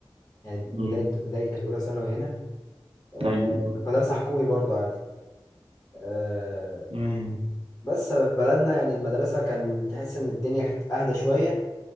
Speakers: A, on the left (about 35°); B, on the right (about 85°).
A: يعني بداية
B: مم.
A: بدايتي كانت اولى ثانوي هنا آه،
B: أيوة.
A: في مدرسة حكومي برضو عادي آه،
B: أيوة.
A: بس في بلدنا يعني المدرسة كان تحس ان الدنيا كانت اهدى شوية